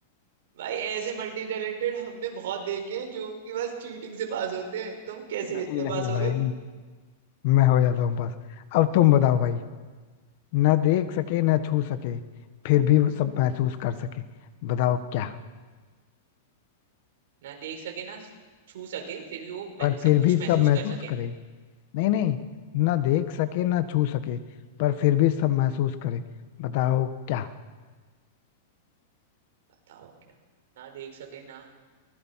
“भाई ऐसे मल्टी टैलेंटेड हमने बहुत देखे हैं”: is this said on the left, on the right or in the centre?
Right